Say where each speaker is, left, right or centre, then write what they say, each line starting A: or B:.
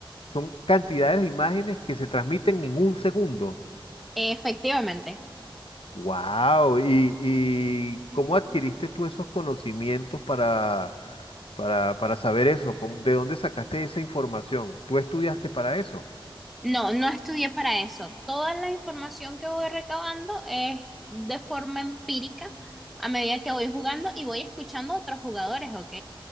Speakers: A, on the left; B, in the centre.
A: son cantidades de imágenes que se transmiten en un segundo.
B: Efectivamente.
A: Wow, ¿Y, y cómo adquiriste tú esos conocimientos para, para, para saber eso? ¿Cómo- ¿De dónde sacaste esa información? ¿Tú estudiaste para eso?
B: No, no estudié para eso. Toda la información que voy recabando es de forma empírica a medida que voy jugando y voy escuchando a otros jugadores, ¿ok?